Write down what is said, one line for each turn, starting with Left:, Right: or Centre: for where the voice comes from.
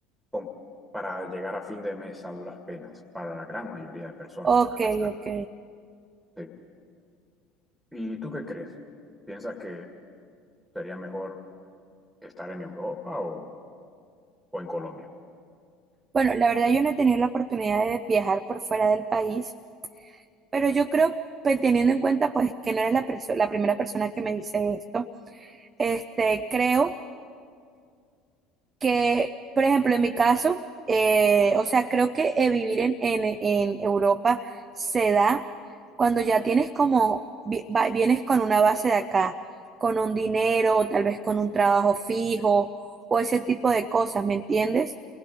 Centre: con- para llegar a fin de mes a duras penas, para la gran mayoría de personas.
Right: ok,
Centre: claro está.
Right: ok.
Centre: Sí. ¿Y tú qué crees? ¿Piensas que sería mejor estar en Europa o, o en Colombia?
Right: Bueno, la verdad yo no he tenido la oportunidad de viajar por fuera del país, pero yo creo, pues teniendo en cuenta pues que no eres la perso- la primera persona que me dice esto, este, creo que, por ejemplo, en mi caso, eh, o sea, creo que eh, vivir en, en- en Europa se da cuando ya tienes como, vi- va- vienes con una base de acá, con un dinero, o tal vez con un trabajo fijo, o ese tipo de cosas, ¿me entiendes?